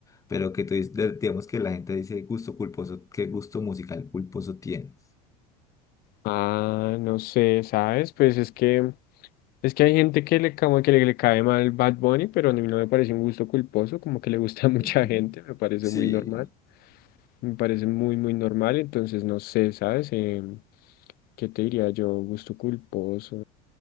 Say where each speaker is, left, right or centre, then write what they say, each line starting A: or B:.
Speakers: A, on the left (about 15°); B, on the left (about 50°).
A: Pero que tú dices, de- digamos que la gente dice gusto culposo, ¿qué gusto musical culposo tienes?
B: ah, no sé, ¿sabes? Pues es que es que hay gente que le como que le, le cae mal Bad Bunny, pero a mí no me parece un gusto culposo, como que le gusta <laughs> a mucha
A: Ujú.
B: gente, me parece
A: Sí,
B: muy normal. Me parece muy, muy normal, entonces no sé, ¿sabes? Em, ¿qué te diría yo? Gusto culposo.